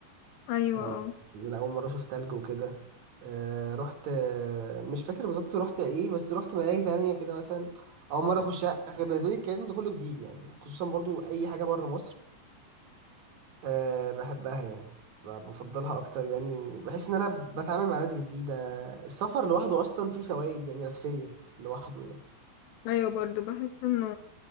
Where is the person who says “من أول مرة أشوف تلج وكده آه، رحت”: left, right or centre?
Right